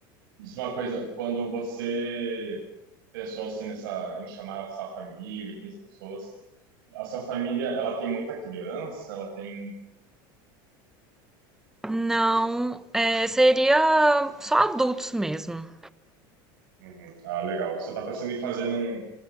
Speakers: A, on the right; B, in the centre.
A: Me Diz uma coisa, quando você pensou assim nessa, em chamar a sua família, 15 pessoas, a sua família, ela tem muita criança, ela tem...
B: Não, é, seria só adultos mesmo.
A: Uhum. Ah, legal. Você está pensando em fazer num,